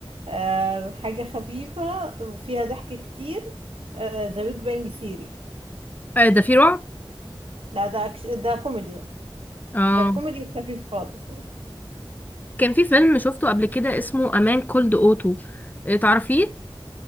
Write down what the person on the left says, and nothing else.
آه، ده في رعب
اه
كان في فيلم شفته قبل كده اسمه امان كولد اوتو تعرفيه؟